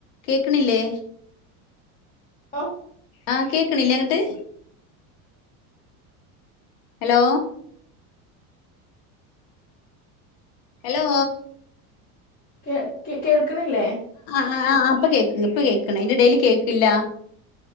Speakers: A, on the left; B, on the left.
A: കേക്ക്ണില്ലേ
B: ആ
A: ആ കേക്ക്ണില്ലേ അങ്ങട്ട് ഹലോ ഹലോ
B: കേ കേ ക്കണില്ലേ
A: ആ ആ പ്പൊ കേക്ക് ഇപ്പൊ കേൾക്ക്ണ് അയ്‌ന്റെ എടേല് കേക്ക്ല്ല